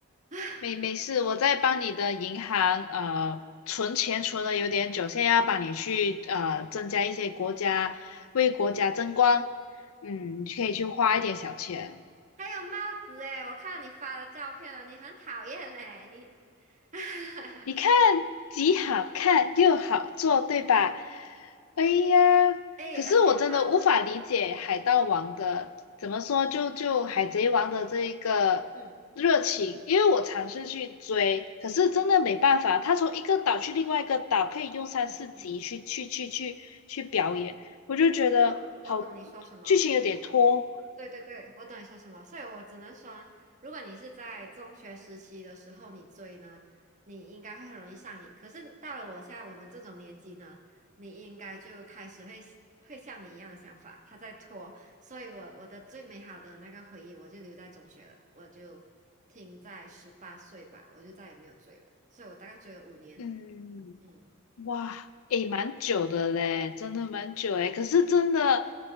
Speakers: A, on the right (about 35°); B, on the left (about 75°).
A: <laughs>
B: 没没事，我在帮你的银行呃存钱存了有点久，现在要帮你去呃增加一些国家为国家争光，嗯，你可以去花一点小钱。
A: 还有帽子诶，我看到你发的照片了，你很讨厌诶，你。<laughs>
B: 你看，既好看又好做，对吧？哎呀，
A: 哎，
B: 可是我真的无法理解海盗王的，
A: 而且他，
B: 怎么说就就海贼王的这一个热情，
A: 嗯
B: 因为我尝试去追，可是真的没办法，
A: 嗯
B: 他从一个岛去另外一个岛，可以用三四集去去去去去表演，
A: 嗯嗯嗯，
B: 我就觉得好，
A: 就是我懂你说什么，
B: 剧情有点拖，
A: 对对对，我懂你说什么，所以我只能说，如果你是在中学时期的时候你追呢，你应该会很容易上瘾。可是到了我现在我们这种年纪呢，你应该就开始会会像你一样的想法，他在拖，所以我我的最美好的那个回忆我就留在中学了，我就停在十八岁吧，我就再也没有追了，所以我大概追了五年，
B: 嗯。
A: 嗯
B: 哇，诶，蛮久的嘞，真的蛮久诶。可是真的，